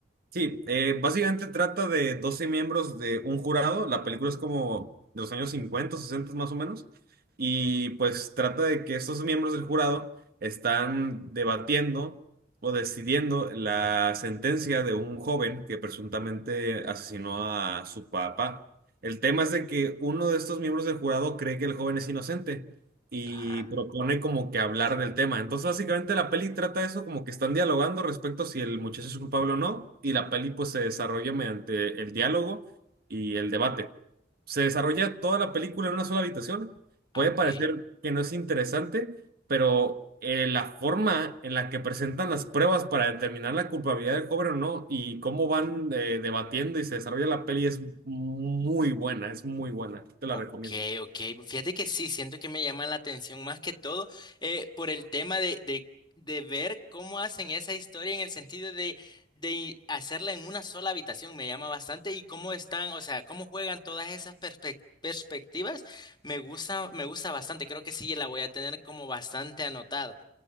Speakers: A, on the right (about 55°); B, on the left (about 25°).
A: Sí, eh, básicamente trata de 12 miembros de un jurado. La película es como de los años 50, 60 más o menos. Y pues trata de que estos miembros del jurado están debatiendo o decidiendo la sentencia de un joven que presuntamente asesinó a su papá. El tema es de que uno de estos miembros del jurado cree que el joven es inocente y
B: Ajá.
A: propone como que hablar del tema. Entonces, básicamente la peli trata eso como que están dialogando respecto a si el muchacho es culpable o no, y la peli pues se desarrolla mediante el diálogo y el debate. Se desarrolla toda la película en una sola habitación.
B: Ah,
A: Puede
B: ok.
A: parecer que no es interesante, pero eh, la forma en la que presentan las pruebas para determinar la culpabilidad del joven o no y cómo van eh, debatiendo y se desarrolla la peli es muy buena, es muy buena. Te la
B: Ok,
A: recomiendo.
B: ok. Fíjate que sí, siento que me llama la atención más que todo eh, por el tema de, de, de ver cómo hacen esa historia en el sentido de, de hacerla en una sola habitación. Me llama bastante y cómo están, o sea, cómo juegan todas esas perspec- perspectivas. Me gusta, me gusta bastante. Creo que sí, la voy a tener como bastante anotado.